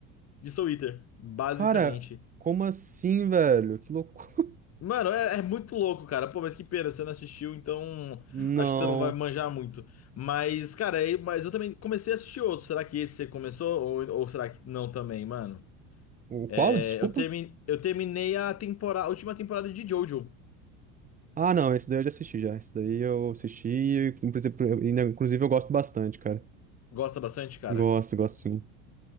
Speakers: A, on the left; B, on the right.
A: de Soul Eater, basicamente.
B: cara, como assim, velho? Que loucura! <laughs>
A: Mano, é, é muito louco, cara. Pô, mas que pena, você não assistiu, então
B: Não.
A: acho que você não vai manjar muito. Mas, cara, aí, mas eu também comecei a assistir outro. Será que esse você começou? Ou, ou será que não também, mano?
B: O
A: É,
B: qual? Desculpa?
A: eu, termi... eu terminei a temporada, a última temporada de Jojo.
B: Ah, não, esse daí eu já assisti já. Esse daí eu assisti e, inclusive, eu ainda- inclusive, eu gosto bastante, cara.
A: Gosta bastante, cara?
B: Gosto, gosto sim.